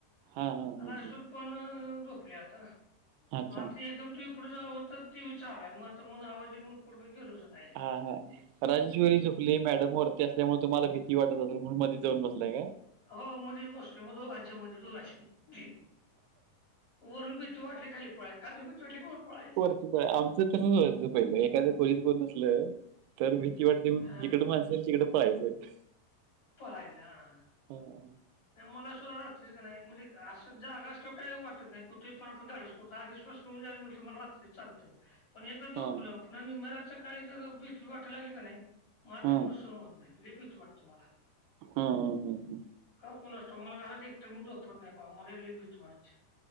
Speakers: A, on the right (about 85°); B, on the left (about 35°).
A: हां, हां, हां,
B: रायसुंर
A: हां.
B: पणं झोपली आंता मं
A: अच्छा.
B: आंता एकदंम टीव्ही पुढं जावं तरं टीव्ही चालूं आहे मंग आंता म्हणूंन आवांज येईल मंग पुढं काम गेलोच नाहीं
A: हां हां झोपली मॅडम वरती असल्यांमुळे तुम्हांला भीती वाटतं असेल म्हणूंन मध्यें जाऊंन बसलांय कायं
B: हो मध्येचं बसले मंग दोघांच्या मध्यें दोघांच्या वरूंन भीती वाटली खांली पळं खांली सगळं पळं आहे
A: वरं आमचं तसंच व्हायचं पहिलं एखाद्या खोलीत कोणं नसलं तरं भीती वाटते म्हणूनचं
B: हा
A: जिकड माणसे तिकडं पळायचं
B: पळायचं हां
A: हां
B: नाहीं मलां सुद्धां रात्रीचं कां नाहीं म्हणजे असं जांगा असलो कांहीं वाटतं नाहीं कुंठेही पणं आपणं धाडसं कुठां दिसं पासूंन हो तुम्हांला रात्री चं चालतं पणं एकदाचं
A: हा
B: झोपल्यांवर पुन्हां नीम्या रात्रीचं कांहीं जरं भीती वाटांय लागली की नाहीं मलां
A: हा
B: ते मं संण होतं नाहीं लई भीती वाटते मलां
A: हां हंम हम्मं
B: कां कुंणांस ठाऊंक मलां घरांत एकटं मंग झोपवतं नाहीं मलां लई भीती वाटते